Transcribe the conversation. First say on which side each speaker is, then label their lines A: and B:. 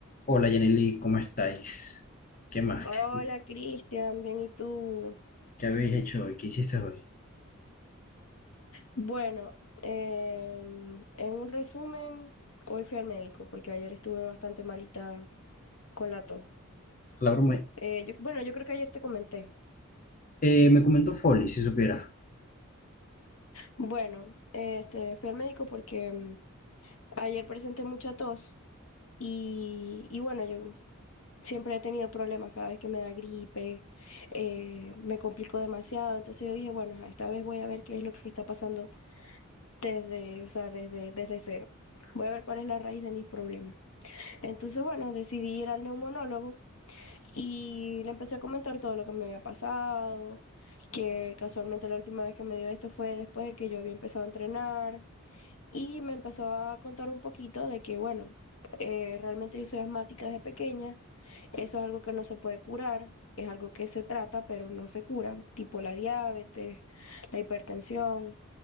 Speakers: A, on the left; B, on the left.
A: Hola Yaneli, ¿cómo estáis? ¿Qué más?
B: Hola
A: ¿Qué,
B: Cristian, bien, ¿y tú?
A: qué habéis hecho hoy? ¿Qué hiciste hoy?
B: Bueno, em, en un resumen, hoy fui al médico porque ayer estuve bastante malita con la tos.
A: La broma.
B: Eh, yo- bueno, yo creo que ayer te comenté.
A: Eh, me comentó Folly, si supiera.
B: Bueno, este, fui al médico porque em, ayer presenté mucha tos y, y bueno, yo siempre he tenido problemas cada vez que me da gripe, eh, me complico demasiado, entonces yo dije, bueno, ajá, esta vez voy a ver qué es lo que está pasando desde, o sea, desde, desde cero. Voy a ver cuál es la raíz de mis problemas. Entonces, bueno, decidí ir al neumonólogo y le empecé a comentar todo lo que me había pasado, que casualmente la última vez que me dio esto fue después de que yo había empezado a entrenar y me empezó a contar un poquito de que, bueno, eh, realmente yo soy asmática desde pequeña, eso es algo que no se puede curar. Es algo que se trata, pero no se cura, tipo la diabetes, la hipertensión.